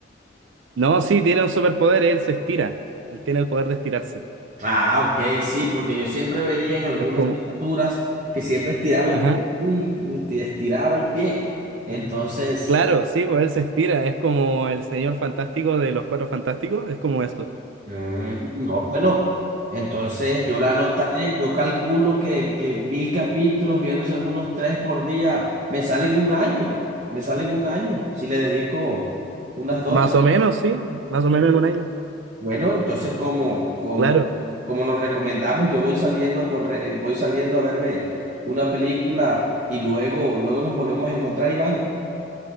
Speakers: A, on the right; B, on the right.
A: No, sí, tiene un superpoder, él se estira. Él tiene el poder de estirarse.
B: Ah, ok, sí, porque yo siempre veía en algunas
A: Es como...
B: miniaturas que siempre estiraba el
A: Ajá.
B: pie y esti- estiraba el pie. Entonces,
A: Claro, sí, pues él se estira. Es como el señor fantástico de los Cuatro Fantásticos. Es como eso.
B: mm, no, bueno, entonces yo la anotaré, yo calculo que, que mil capítulos, viéndose algunos tres por día, me salen un año, me salen un año, si le dedico unas dos,
A: Más
B: tres.
A: o menos, sí. Más o menos en un año.
B: Bueno, entonces como, como,
A: Claro.
B: como nos recomendamos, yo voy saliendo a correr, eh, voy saliendo a verme una película y luego, luego nos volvemos a encontrar, Iván.